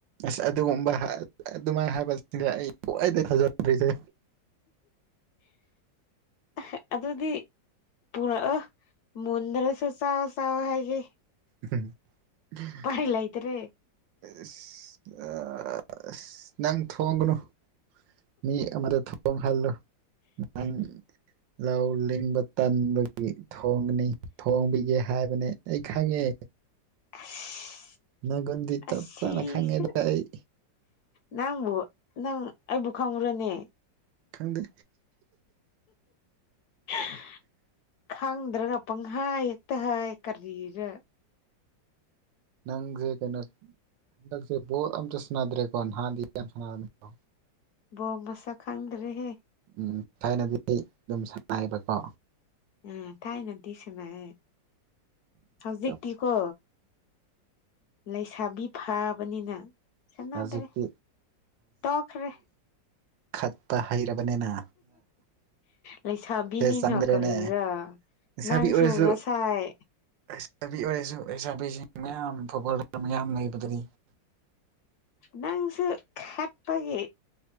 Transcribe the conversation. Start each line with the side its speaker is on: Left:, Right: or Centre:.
Right: ꯑꯁ ꯑꯗꯨꯒꯨꯝꯕ ꯍꯥꯏ ꯑꯗꯨꯃꯥꯏ ꯍꯥꯏꯕꯁꯤꯡꯁꯦ ꯑꯩ ꯈ꯭ꯋꯥꯏꯗꯩ ꯊꯥꯖꯗ꯭ꯔꯤꯁꯦ
Left: ꯑꯥꯍꯦ ꯑꯗꯨꯗꯤ ꯄꯨꯔꯛꯑꯣ ꯃꯨꯟꯗ꯭ꯔꯥꯁꯨ ꯆꯥꯎ ꯆꯥꯎ ꯍꯥꯏꯒꯦ
Right: <unintelligible>
Left: ꯑꯩ ꯂꯩꯇꯔꯦ
Right: ꯏꯁ ꯑꯥ ꯑꯁ ꯅꯪ ꯊꯣꯡꯒꯅꯨ ꯃꯤ ꯑꯃꯗ ꯊꯣꯡꯍꯜꯂꯨ ꯅꯪ ꯂꯥꯎ ꯂꯤꯡꯕ ꯇꯟꯕꯒꯤ ꯊꯣꯡꯒꯅꯤ ꯊꯣꯡꯕꯤꯒꯦ ꯍꯥꯏꯕꯅꯦ ꯑꯩ ꯈꯪꯉꯦ
Left: ꯑꯁ
Right: ꯅꯒꯨꯟꯗꯤ ꯆꯞ
Left: ꯑꯁꯤꯁꯦ
Right: ꯇꯥꯅ ꯈꯪꯉꯦꯗ ꯑꯩ
Left: ꯅꯪꯕꯨ ꯅꯪ ꯑꯩꯕꯨ ꯈꯪꯕ꯭ꯔꯥꯅꯦ
Right: ꯈꯪꯗꯦ
Left: <unintelligible> ꯈꯥꯡꯗ꯭ꯔꯥꯒ ꯄꯪꯍꯥꯏ ꯍꯦꯛꯇꯥ ꯍꯥꯏ ꯀꯔꯤꯔꯥ
Right: ꯅꯪꯖꯦ ꯀꯩꯅꯣ ꯍꯟꯗꯛꯁꯦ ꯕꯣꯠ ꯑꯝꯇꯥ ꯁꯥꯟꯅꯗ꯭ꯔꯦꯀꯣ ꯅꯍꯥꯟꯗꯤ ꯌꯥꯝ ꯁꯥꯟꯔꯝꯃꯤꯀꯣ
Left: ꯕꯣꯜ ꯃꯁꯛ ꯈꯪꯗ꯭ꯔꯦꯍꯦ
Right: ꯎꯝ ꯊꯥꯏꯅꯗꯤ ꯑꯗꯨꯝ ꯁꯥꯟꯑꯥꯏꯕꯀꯣ
Left: ꯎꯝ ꯊꯥꯏꯅꯗꯤ ꯁꯥꯅꯩꯌꯦ
Right: ꯑꯁ
Left: ꯍꯧꯖꯤꯛꯇꯤꯀꯣ ꯂꯩꯁꯥꯕꯤ ꯐꯥꯕꯅꯤꯅ ꯁꯥꯅꯗ꯭ꯔꯦ
Right: ꯍꯧꯖꯤꯛꯇꯤ
Left: ꯇꯣꯛꯈ꯭ꯔꯦ
Right: ꯈꯠꯇꯥ ꯍꯩꯔꯕꯅꯦꯅ
Left: ꯂꯩꯁꯥꯕꯤꯅꯤꯅ
Right: ꯆꯪꯗ꯭ꯔꯦꯅꯦ
Left: ꯀꯔꯤꯔꯥ
Right: ꯂꯩꯁꯥꯕꯤ
Left: ꯅꯪꯁꯨ
Right: ꯑꯣꯏꯔꯁꯨ
Left: ꯉꯁꯥꯏ
Right: <unintelligible>
Left: ꯅꯪꯁꯨ ꯈꯠꯄꯒꯤ